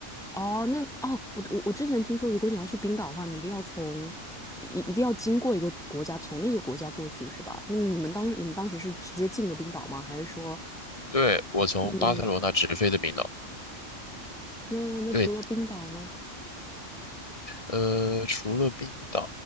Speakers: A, in the centre; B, on the left.
A: 哦，那哦，我我我之前听说，如果你要去冰岛的话，你一定要从一一定要经过一个国家，从那个国家过去，是吧？那你们当你们当时是直接进的冰岛吗？还是说，
B: 对，我从巴塞罗那直飞的冰岛。
A: 嗯，那那除了冰岛呢？
B: 对，呃，除了冰岛，